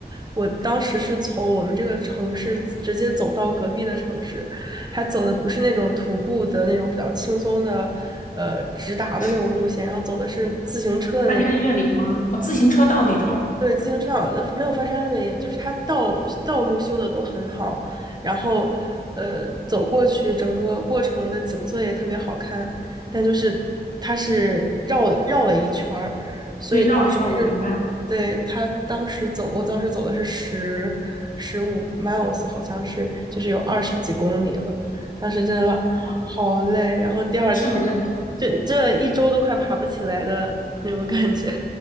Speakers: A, on the right; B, on the left.
A: 我当时是从我们这个城市直接走到隔壁的城市，还走的不是那种徒步的那种比较轻松的，呃，直达的那种路线，
B: 是
A: 然后走的是自行车的那种。
B: 翻山越岭吗？哦，自行车道那种。
A: 对，自行车好，呃没有翻山越岭，就是它道道路修的都很好，然后呃走过去，整个过程的景色也特别好看，但就是它是绕绕了一圈儿，所以当时是，
B: 对，绕了一圈儿，我明白。
A: 对，他当时走，我当时走的是十十五 miles，好像是就是有二十几公里了，
B: 对，
A: 当时真的
B: 哇，
A: 好累，然后第二天
B: 是很累。
A: 这这一周都快爬不起来的那种感觉。